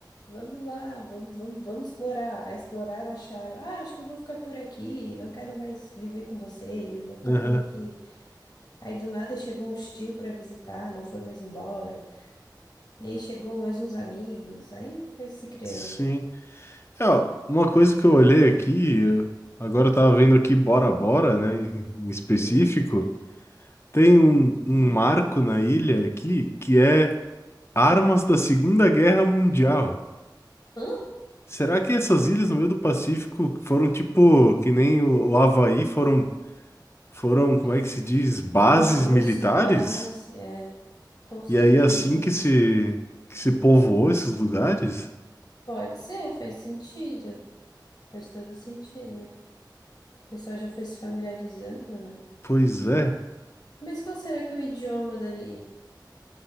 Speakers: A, on the left (about 60°); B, on the left (about 35°).
A: Vamos lá, vamos, vamos, vamos explorar. Ah, Exploraram, acharam. Ah, acho que eu vou ficar por aqui, não quero mais viver com vocês, vou ficar
B: Aham,
A: por aqui. Aí do nada chegou um tio pra visitar, não foi mais embora. E aí chegou mais uns amigos, aí foi se criando.
B: Sim. É, ó, uma coisa que eu olhei aqui, eu- agora eu tava vendo aqui Bora Bora, né, em em específico,
A: Uhum.
B: tem um, um marco na ilha aqui que é armas da Segunda Guerra Mundial.
A: Hã?
B: Será que essas ilhas no meio do Pacífico foram tipo que nem o, o Havaí, foram foram, como
A: Tipo,
B: é que se diz, bases
A: Um posto
B: militares?
A: base, é, com certeza.
B: E aí assim que se que se povoou esses lugares?
A: Pode ser, faz sentido. Faz todo sentido. O pessoal já foi se familiarizando, né?
B: Pois é.
A: Mas qual será que é o idioma dali?